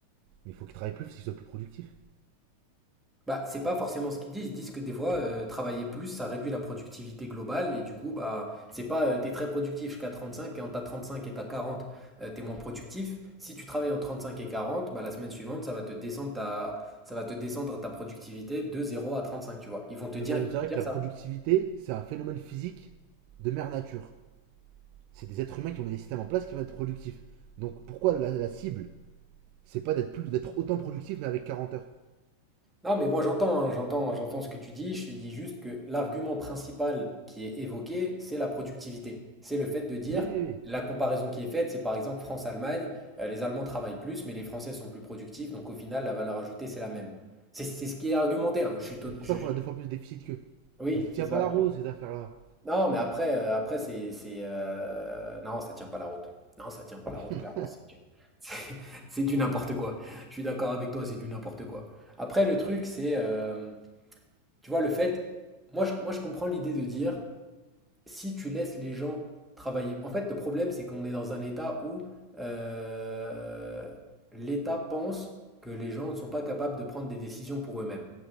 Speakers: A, on the right; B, in the centre.
A: Mais il faut qu'ils travaillent plus, parce qu'ils soient plus productifs.
B: Bah, c'est pas forcément ce qu'ils disent. Ils disent que des fois, euh, travailler plus, ça réduit la productivité globale et du coup, bah, c'est pas euh, t'es très productif jusqu'à 35 et en t'as cinq et t'as 40 euh, t'es moins productif. Si tu travailles en 35 et 40 bah, la semaine suivante, ça va te descendre ta, ça va te descendre ta productivité de zéro à 35 tu vois. Ils vont te
A: Non,
B: dire,
A: mais on
B: ils
A: dirait
B: vont te dire
A: que
B: ça.
A: la productivité, c'est un phénomène physique de mère nature. C'est des êtres humains qui ont mis des systèmes en place qui vont être productifs. Donc pourquoi la, la cible, c'est pas d'être plus d'être autant productif mais avec quarante heures
B: Non, mais moi j'entends, hein, j'entends, j'entends ce que tu dis. Je te dis juste que l'argument principal qui est évoqué, c'est la productivité. C'est le fait de dire,
A: Oui, oui, oui.
B: la comparaison qui est faite, c'est par exemple France-Allemagne. euh, les Allemands travaillent plus, mais les Français sont plus productifs, donc au final, la valeur ajoutée, c'est la même. C'est c'est ce qui est argumenté. hein, Je suis tot-
A: C'est pour
B: je-
A: ça qu'on
B: je-
A: a deux fois plus de déficit qu'eux.
B: Oui,
A: Mais ça tient
B: c'est ça.
A: pas la roue cette affaire-là.
B: Non, mais après, euh, après c'est, c'est, euh, non, ça tient pas la route. Non, ça tient pas la
A: <laughs>
B: route, clairement. C'est du, <laughs> c'est c'est du n'importe quoi. Je suis d'accord avec toi, c'est du n'importe quoi. Après, le truc, c'est euh, tu vois, le fait. Moi, je, moi, je comprends l'idée de dire si tu laisses les gens travailler. En fait, le problème, c'est qu'on est dans un état où euh, l'État pense que les gens ne sont pas capables de prendre des décisions pour eux-mêmes,